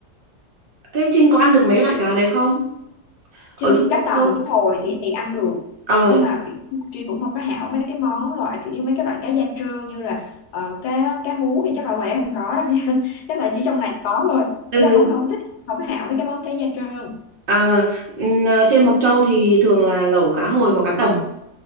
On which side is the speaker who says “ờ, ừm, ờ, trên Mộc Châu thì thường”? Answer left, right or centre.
Right